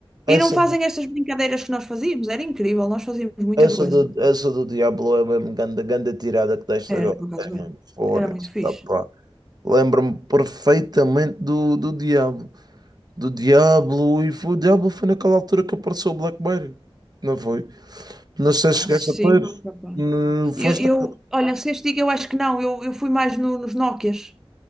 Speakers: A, on the right; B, in the centre.
A: essa,
B: E não fazem estas brincadeiras que nós fazíamos, era incrível, nós fazíamos muita
A: essa,
B: coisa.
A: do, essa do Diablo é mesmo ganda, ganda tirada que deste
B: Era,
A: agora.
B: por acaso
A: É mesmo
B: era.
A: fónix,
B: Era muito fixe.
A: tá, pá. Lembro-me perfeitamente do, do Diablo. Do Diablo, e foi, o Diablo foi naquela altura que apareceu o Blackberry, não foi? Não sei
B: Ah,
A: se chegaste
B: sim,
A: a ter,
B: rapaz.
A: no- foste
B: Eu, eu,
A: a-
B: olha, se este digo, eu acho que não, eu, eu fui mais no- nos Nokias.